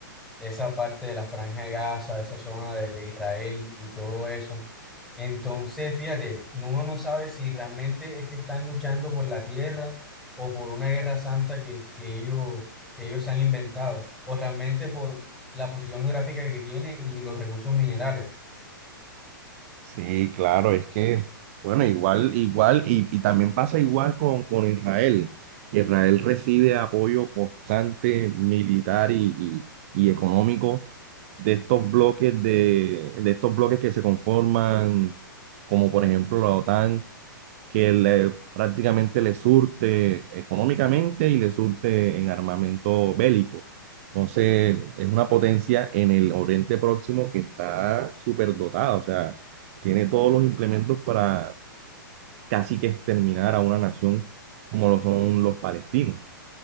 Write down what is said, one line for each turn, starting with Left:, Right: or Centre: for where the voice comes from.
Centre: Esa parte de la Franja de Gaza, esa zona de, de Israel y todo eso. Entonces, fíjate, uno no sabe si realmente es que están luchando por la tierra o por una guerra santa que, que ellos, que ellos se han inventado, o realmente por la posición geográfica que tiene y los recursos minerales.
Right: Sí, claro, es que, bueno, igual, igual, y, y también pasa igual con, con Israel. Israel recibe apoyo constante militar y, y- y económico de estos bloques de, de estos bloques que se conforman, como por ejemplo la OTAN, que le- prácticamente le surte económicamente y le surte en armamento bélico. Entonces, es una potencia en el Oriente Próximo que está súper dotada, o sea, tiene todos los implementos para casi que exterminar a una nación como lo son los palestinos.